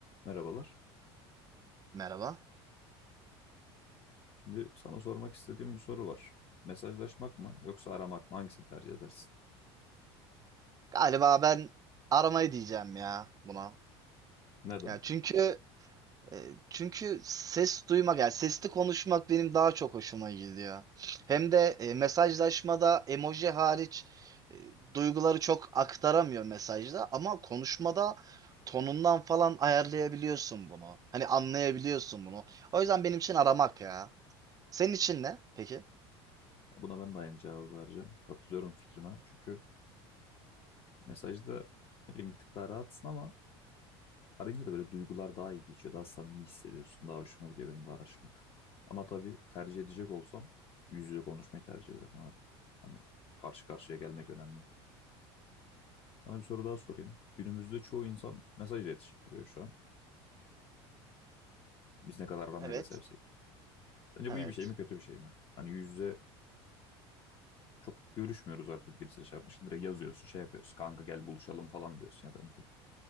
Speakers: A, on the left; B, on the right.
A: Merhabalar.
B: Merhaba.
A: Şimdi sana sormak istediğim bir soru var. Mesajlaşmak mı yoksa aramak mı? Hangisini tercih edersin?
B: Galiba ben aramayı diyeceğim ya buna.
A: Neden?
B: Ya çünkü e, çünkü ses duymak yani sesli konuşmak benim daha çok hoşuma gidiyor. Hem de e, mesajlaşmada emoji hariç e, duyguları çok aktaramıyor mesajda ama konuşmada tonundan falan ayarlayabiliyorsun bunu. Hani anlayabiliyorsun bunu. O yüzden benim için aramak ya. Senin için ne peki?
A: Ya Buna ben de aynı cevabı vereceğim. Katılıyorum fikrine. Çünkü mesajda ne bileyim bir tık daha rahatsın ama arayınca da böyle duygular daha iyi geçiyor. Daha samimi hissediyorsun. Daha hoşuma gidiyor benim de araşmak. Ama tabii tercih edecek olsam yüz yüze konuşmayı tercih ederim abi. Hani karşı karşıya gelmek önemli. Sana bir soru daha sorayım. Günümüzde çoğu insan mesaj iletişim kuruyor şu an. Biz ne kadar aramayı
B: Evet.
A: da sevsek. Sence
B: Evet.
A: bu iyi bir şey mi kötü bir şey mi? Hani yüz yüze çok görüşmüyoruz artık birisiyle şey yapmışsın. Direkt yazıyorsun şey yapıyorsun. Kanka gel buluşalım falan diyorsun ya da en kötü.